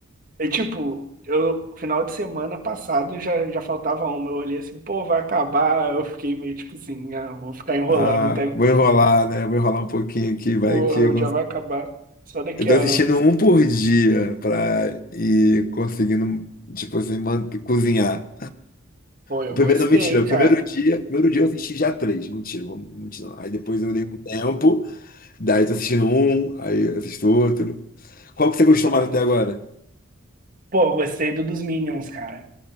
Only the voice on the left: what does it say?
Ah,
vou enrolar, né? Vou enrolar um pouquinho aqui, vai
que eu
Eu tô
assistindo
um por dia pra ir conseguindo, tipo assim, man- cozinhar.
O primeiro,
não, mentira, o
primeiro dia, primeiro dia eu assisti já três, mentira, vamos- mentira. não. Aí depois eu dei um tempo, daí tô assistindo um, aí assisto outro. Qual que você gostou
mais até agora?